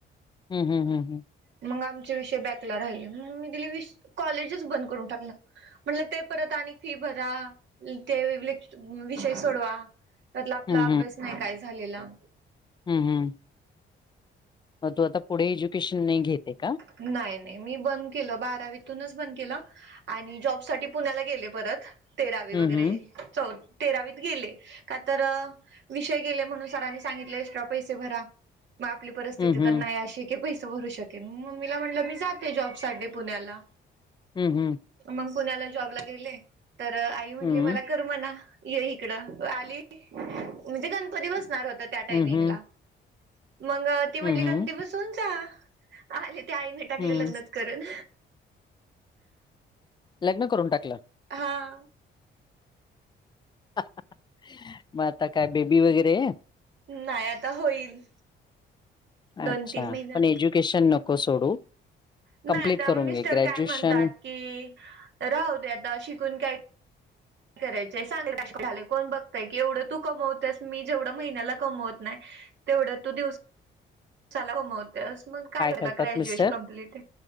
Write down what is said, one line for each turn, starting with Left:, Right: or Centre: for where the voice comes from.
Left: हम् हम् हम् हम्
Right: मग आमचे विषय बॅकला राहिले मग मी दिलं वि कॉलेजच बंद करून टाकलं. म्हटल ते परत आणि फी भरा, अन ते लेक्च विषय सोडवा. त्यातला आपला
Left: हं
Right: अभ्यास नाही काय झालेला.
Left: हम् हम् मग तू आता पुढे एज्युकेशन नही घेत हे का.
Right: नाही, नाय मी बंद केलं बारावीतूनच बंद केलं. आणि जॉब साठी पुण्याला गेले परत तेरावी
Left: हं
Right: वगैरे.
Left: हं
Right: चौ तेरावीत गेले, का तर विषय गेले म्हणून सरांनी सांगितले एक्स्ट्रा पैसे भरा, मग आपली परिस्थिती
Left: हं हं
Right: तर नाही अशी की पैसे भरू शकेल, मम्मीला म्हटलं मी जाते जॉब साठी पुण्याला.
Left: हम्म हम्म
Right: मग पुण्याला जॉबला गेले, तर आई म्हणली
Left: हं
Right: मला करमना ये इकड आली, म्हणजे गणपती बसणार होतेत. त्या टायमिंगला,
Left: हं हं
Right: मग ती म्हणली
Left: हं हं
Right: गणपती बसवून जा. आले, ते आईने टाकले
Left: हं
Right: लग्न करून.
Left: लग्न करून टाकलं.
Right: हा
Left: मग आता काय बेबी वगैरे हे.
Right: नाय, आता होईल. दोन
Left: अच्छा!
Right: तीन महिन्यात
Left: पण एज्युकेशन नको सोडू.
Right: न्हाय
Left: कंप्लीट
Right: आता
Left: करून
Right: मिस्टर
Left: घे ग्रॅज्युएशन
Right: काय म्हणतात की, राहू दे आता शिकून काय काय करायच सांगल का <unintelligible> कोण बघतय की एवढं तू कमवतेस मी जेवढं महिन्याला कमवत न्हाय तेवढं तू दिवस साला कमवत्यास मग काय
Left: करतात
Right: ग्रॅज्युवेशन
Left: मिस्टर?
Right: कंप्लिट